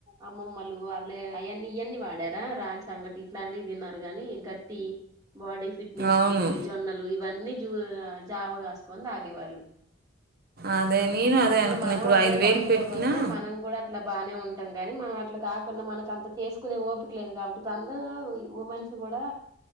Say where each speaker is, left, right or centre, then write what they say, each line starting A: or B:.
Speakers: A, on the right; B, on the right.
A: అమ్మమ్మలు వాళ్ళే అయన్నీ ఇయన్నీ వాడారా రాగి సంగటి ఇట్లాంటివి తిన్నారు కాని గట్టి బాడీ ఫిట్నెస్
B: అవును.
A: కుండేవి జొన్న అన్ని జూవ్ జావ కాసుక్కొని తాగేవాళ్ళు
B: అదే నేను అదే
A: ఇప్పుడు
B: అనుకున్నా.
A: మనం అదే పద్ధతిలోకి
B: పెట్టినా
A: వస్తే మనం కూడా అట్లా బానే ఉం ట్టం గాని మనం అట్లా కాకుండా మనకు అంత చేసుకునే ఓపిక లేదు, కాబట్టి ఇప్పు అందరు ఇ ఉమెన్స్ కూడా